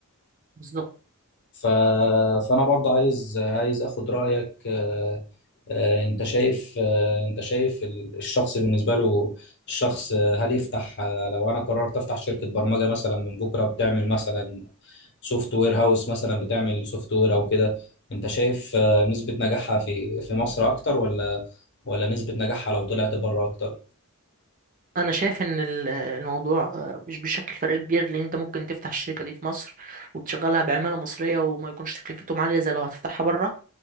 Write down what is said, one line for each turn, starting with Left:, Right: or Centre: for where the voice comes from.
Right: بالظبط
Left: ف... فأنا برضه عايز عايز أخد رأيك آه، آه، أنت شايف آه، أنت شايف ال- الشخص بالنسبة له الشخص آه، هل يفتح آه، لو أنا قررت أفتح شركة برمجة مثلا من بكرة بتعمل مثلا سوفت وير هاوس مثلا بتعمل سوفت وير أو كده أنت شايف آه، نسبة نجاحها في في مصر أكتر ولا ولا نسبة نجاحها لو طلعت بره أكتر؟
Right: انا شايف ان ال- الموضوع آه، مش بيشكل فرق كبير لان انت ممكن تفتح الشركة دي في مصر وتشغلها بعمالة مصرية وما يكونش تكلفتهم عالية زي لو هتفتحها بره